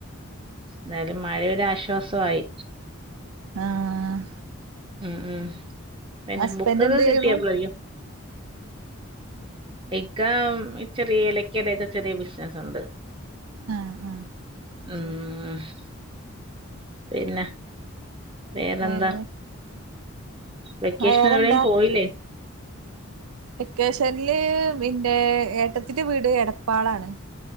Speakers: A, on the right; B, on the right.
A: എന്തായാലും മഴരാശ്വാസമായി.
B: ആഹ്
A: ഉം ഉം പിന്നെ
B: ഹസ്ബൻഡ്
A: ബുക്കൊക്കെ
B: എന്ത്
A: കിട്ടിയാ
B: ചെയ്യ്ണു
A: അപ്പളേക്കും ഇക്ക ചെറിയ ഏലക്കയുടൊക്കെ ചെറിയ ബിസിനസുണ്ട്. ഉം
B: ആഹ് ആഹ് ശരി
A: പിന്നെ വേറെന്താ
B: വേറെ
A: വെക്കേഷൻ
B: വേറെന്താ
A: എവിടെേയും പോയില്ലേ
B: വെക്കേഷനില് പിന്നെ ഏട്ടത്തിന്റെ വീട് എടപ്പാളാണ്